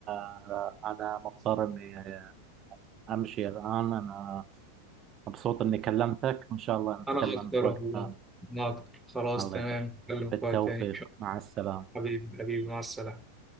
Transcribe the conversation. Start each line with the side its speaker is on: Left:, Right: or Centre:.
Right: آه، أنا مضطر إني آه، أمشي الآن أنا مبسوط إني كلمتك وإن شاء الله نتكلم
Centre: انا اكتر
Right: في
Centre: والله
Right: وقت ثاني
Centre: انا اكتر خلاص
Right: الله
Centre: تمام
Right: يخليك
Centre: نتكلم
Right: بالتوفيق
Centre: في وقت تاني
Right: مع السلامة
Centre: حبيبي حبيبي مع السلامه